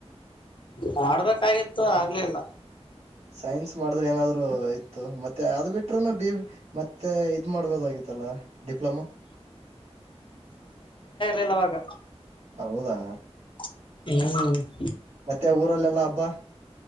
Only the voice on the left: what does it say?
ಮಾಡಡ್ಬೇಕಾಗಿತ್ತು ಆಗ್ಲಿಲ್ಲ
ಲ್ಲವಾಗ
ಹ್ಮ